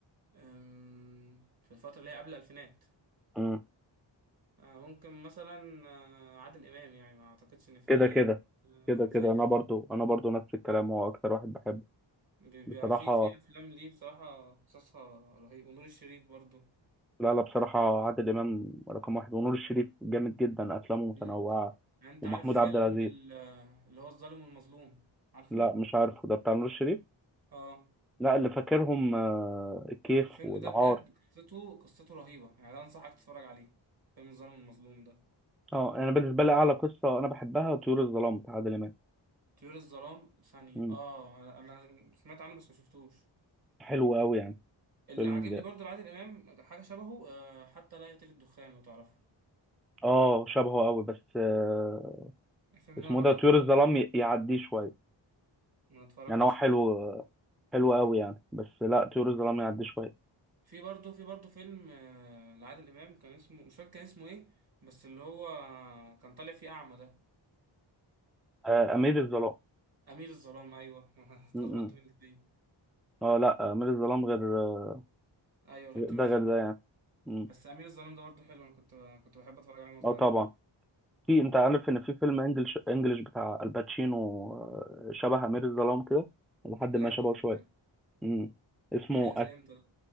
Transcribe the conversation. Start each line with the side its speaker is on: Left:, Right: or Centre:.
Right: أم، في الفترة اللي هي قبل الألفينات
Centre: مم.
Right: آه، ممكن مثلا آه، عادل إمام يعني ما أعتقدش إن في
Centre: كده كده
Right: واحد آه،
Centre: كده
Right: واحد
Centre: كده
Right: زيه
Centre: انا
Right: <laughs>
Centre: برضو انا برضو نفس الكلام هو اكتر واحد بحبه
Right: بيبقى
Centre: بصراحة
Right: في في أفلام ليه بصراحة قصصها رهيب ونور الشريف برضه
Centre: لا لا بصراحة عادل امام رقم واحد ونور الشريف جامد جدا افلامه متنوعة
Right: مم. يعني أنت
Centre: ومحمود
Right: عارف فيلم
Centre: عبد العزيز
Right: ال- اللي هو الظالم والمظلوم عارفه؟
Centre: لا مش عارفه ده بتاع نور الشريف
Right: اه
Centre: لا اللي فاكرهم آه، الكيف
Right: الفيلم
Centre: والعار
Right: ده بجد قصته قصته رهيبة يعني ده انصحك تتفرج عليه فيلم الظالم المظلوم ده
Centre: اه انا بالنسبه لي اعلى قصه انا بحبها طيور الظلام بتاع عادل امام
Right: طيور الظلام ثانية
Centre: مم.
Right: اه انا أنا سمعت عنه بس ما شفتوش
Centre: حلو قوي يعني
Right: اللي
Centre: فيلم
Right: عاجبني
Centre: ده
Right: برضو لعادل امام حاجة شبهه آه حتى لا يطير الدخان لو تعرفه
Centre: اه شبهه قوي بس آه،
Right: الفيلم
Centre: اسمه
Right: ده انا برضو
Centre: ده طيور
Right: بحبه
Centre: الظلام
Right: جدا
Centre: ي- يعديه شويه
Right: ما اتفرجتش
Centre: يعني هو حلو
Right: عليه
Centre: حلو قوي يعني بس لا طيور الظلام يعديه شويه
Right: في برضو في برضو فيلم آه لعادل امام كان اسمه مش فاكر كان اسمه ايه بس اللي هو كان طالع فيه اعمى ده
Centre: آه، امير الظلام
Right: امير الظلام ايوه <laughs> اتلخبطت
Centre: م- م.
Right: بين الاتنين
Centre: اه لا امير الظلام غير آه،
Right: ايوه غير طيور
Centre: ده
Right: الظلام
Centre: غير ده يعني م.
Right: بس امير الظلام ده برضه حلو انا كنت كنت بحب اتفرج عليه وانا
Centre: اه
Right: صغير
Centre: طبعا في انت عارف ان في فيلم انجلش انجلش بتاع الباتشينو آه، شبه امير الظلام كده لحد
Right: بجد
Centre: ما شبهه
Right: وربنا
Centre: شويه م. اسمه
Right: ده هينزل امتى ده